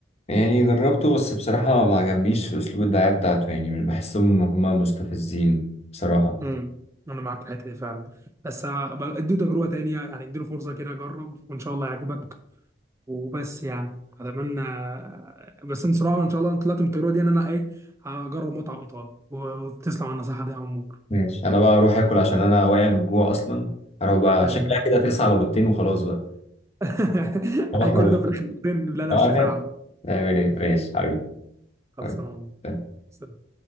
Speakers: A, on the left (about 35°); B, on the right (about 15°).
A: يعني جربته بس بصراحة ما عجبنيش في أسلوب الدعاية بتاعته يعني مش بحسهم إن هما مستفزين بصراحة
B: امم انا معاك في الحته دي فعلا بس أبقى اديله تجربه تانية يعني اديله فرصه كده جرب وان شاء الله يعجبك وبس يعني اتمنى بس ان صراحه ان شاء الله انا طلعت من التجربه دي ان انا ايه هجرب مطعم ايطالي وتسلم على النصيحه دي يا عمور
A: ماشي أنا بقى أروح آكل عشان أنا واقع من الجوع أصلا أروح بقى
B: ماشي
A: شكلها
B: يا بلال.
A: كده ترسى على بيضتين وخلاص بقى
B: <laughs>
A: صباح
B: هي كل
A: روح
B: ده في الاخر بتبان اللي انا
A: أعمل
B: مش شايفها يا عم
A: أعمل <laughs> إيه ماشي حبيبي
B: خلصانه
A: حبيبي.
B: يا عمور.